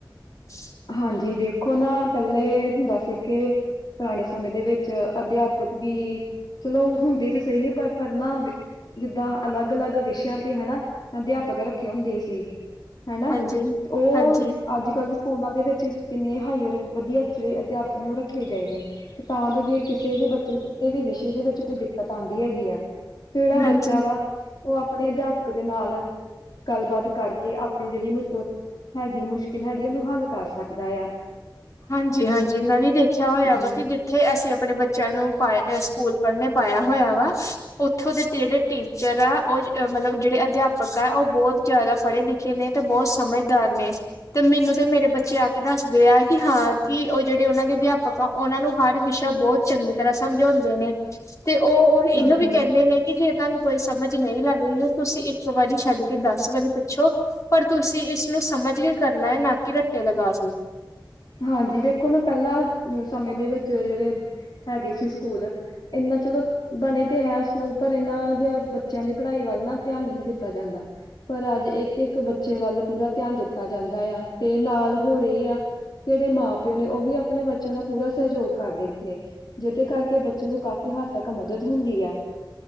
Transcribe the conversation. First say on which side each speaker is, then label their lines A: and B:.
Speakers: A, on the left; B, on the left.
A: <inaudible>
B: ਹਾਂਜੀ ਵੇਖੋ ਨਾ ਪਹਿਲੇ ਹੁੰਦਾ ਸੀ ਕਿ ਪੁਰਾਣੇ ਸਮੇਂ ਦੇ ਵਿੱਚ ਅਧਿਆਪਕ ਵੀ ਚਲੋ, ਹੁੰਦੇ ਸੀ ਸਹੀ ਪਰ -ਪਰ ਨਾ ਜਿੱਦਾਂ ਅਲੱਗ -ਅਲੱਗ ਵਿਸ਼ਿਆਂ ਤੇ ਹਨਾ, ਅਧਿਆਪ ਪਕਰ ਰੱਖੇ ਹੁੰਦੇ ਸੀ ਹਨਾ।
A: ਹਾਂਜੀ-ਹਾਂਜੀ,
B: ਤੇ ਉਹ ਅੱਜ ਕੱਲ ਦੇ ਸਕੂਲਾਂ ਦੇ ਵਿੱਚ ਕਿੰਨੇ ਹਾਇਰ ਵਧੀਆ ਜਿਹੜੇ ਅਧਿਆਪਕ ਨੂੰ ਰੱਖੇ ਗਏ ਨੇ। ਕੀ ਤਾਂ ਜੋ ਜੇ ਕਿਸੇ ਵੀ ਬੱਚੇ ਕਿਸੇ ਵੀ ਵਿਸ਼ੇ ਦੇ ਵਿੱਚ ਕੋਈ ਦਿੱਕਤ ਆਉਂਦੀ ਹੈਗੀ ਐ। ਕਿਹੜਾ
A: ਹਾਂਜੀ-ਹਾਂਜੀ।
B: ਬੱਚਾ ਵਾ ਉਹ ਆਪਣੇ ਅਧਿਆਪਕ ਦੇ ਨਾਲ ਗੱਲਬਾਤ ਕਰਕੇ ਆਪਣੀ ਜਿਹੜੀ ਮੁਸ਼ਕਲ, ਹੈਗੀ ਮੁਸ਼ਕਿਲ ਹੈਗੀ ਉਹਨੂੰ ਹੱਲ ਕਰ ਸਕਦਾ ਆ।
A: ਹਾਂਜੀ ਹਾਂਜੀ ਮੈਂ ਵੀ ਦੇਖਿਆ ਹੋਇਆ
B: ਹਾਂਜੀ
A: ਵਾ ਕਿ ਜੇ ਉੱਥੇ ਅਸੀਂ ਆਪਣੇ ਬੱਚਿਆਂ ਨੂੰ ਪਾਏ ਸਕੂਲ ਪੜ੍ਹਨੇ ਪਾਇਆ ਹੋਇਆ ਵਾ ਉੱਥੋਂ ਦੇ ਜਿਹੜੇ ਟੀਚਰ ਆ ਉਹ ਮਤਲਬ ਜਿਹੜੇ ਅਧਿਆਪਕ ਆ ਉਹ ਬਹੁਤ ਜਿਆਦਾ ਪੜ੍ਹੇ ਲਿਖੇ ਨੇ ਤੇ ਬਹੁਤ ਸਮਝਦਾਰ ਨੇ। ਤੇ ਮੈਨੂੰ ਤੇ ਮੇਰੇ ਬੱਚੇ ਆ ਕੇ ਦੱਸਦੇ ਆ ਕੀ ਹਾਂ ਕੀ ਉਹ ਜਿਹੜੇ ਉਹਨਾਂ ਦੇ ਅਧਿਆਪਕ ਆ ਉਹਨਾਂ ਨੂੰ ਹਰ ਵਿਸ਼ਾ ਬਹੁਤ ਚੰਗੀ ਤਰ੍ਹਾਂ ਸਮਝਾਉਂਦੇ ਨੇ। ਤੇ ਉਹ- ਉਹ
B: ਹਾਂਜੀ
A: ਇਹੋ ਵੀ ਕਹਿੰਦੇ ਨੇ ਕਿ ਜੇ ਤੁਹਾਨੂੰ ਕੋਈ ਸਮਝ ਨੀ ਲੱਗਰੀ ਏ ਤੁਸੀਂ ਇੱਕ ਵਾਰੀ ਛੱਡ ਕੇ ਦੱਸ ਵਾਰੀ ਪੁੱਛੋ। ਪਰ ਤੁਸੀਂ ਇਸਨੂੰ ਸਮਝ ਕੇ ਕਰਨਾ ਐ ਨਾ ਕੀ ਰੱਟੇ ਲਗਾ ਕੇ।
B: ਹਾਂਜੀ ਵੇਖੋ ਨਾ ਪਹਿਲਾਂ ਸਮੇਂ ਦੇ ਵਿੱਚ ਜਿਹੜੇ, ਹੈਗੇ ਸੀ ਸਕੂਲ ਇਨਾ ਚਲੋ, ਬਣੇ ਤੇ ਹੈ ਸਕੂਲ ਪਰ ਇਨਾਂ ਦੀ ਬੱਚਿਆਂ ਦੀ ਪੜ੍ਹਾਈ ਵੱਲ ਨਾ ਧਿਆਨ ਨਹੀਂ ਦਿੱਤਾ ਜਾਂਦਾ। ਪਰ ਅੱਜ ਇੱਕ ਇੱਕ ਬੱਚੇ ਵੱਲ ਪੂਰਾ ਧਿਆਨ ਦਿੱਤਾ ਜਾਂਦਾ ਆ ਤੇ ਨਾਲ ਹੋਰ ਏ ਆ ਕਿਹੜੇ ਮਾਂ ਪਿਓ ਨੇ ਉਹ ਵੀ ਆਪਣੇ ਬੱਚਿਆਂ ਦਾ ਪੂਰਾ ਸਹਿਯੋਗ ਕਰ ਰੇ ਨੇ। ਜਿਦੇ ਕਰਕੇ ਬੱਚੇ ਨੂੰ ਕਾਫ਼ੀ ਹੱਦ ਤੱਕ ਮਦਦ ਹੁੰਦੀ ਆ।